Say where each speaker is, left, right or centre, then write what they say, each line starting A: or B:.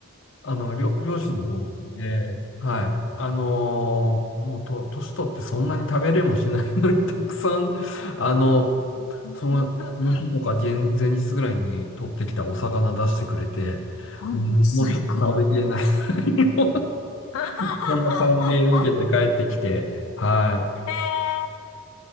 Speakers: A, on the left; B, on the left.
A: あの、漁、漁師のお家で、はい。あのーもうと、年取ってそんなに食べれもしないのに、<laughs> たくさん、あの、
B: うん。<laughs> えーうん
A: その、その日とか前、
B: <laughs>
A: 前日ぐらいに取ってきたお魚出してくれて、
B: ほんの最高。
A: うんもうちょっと食べきれない。<laughs>
B: <laughs>
A: そんな感じで受けて帰ってきて、はい。
B: ええ